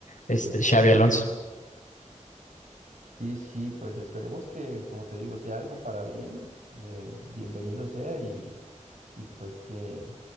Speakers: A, on the left; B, on the right.
A: este Xavi Alonso.
B: Sí, sí, pues esperemos que, como te digo, sea algo para bien, eh, bienvenido sea y, y pues que,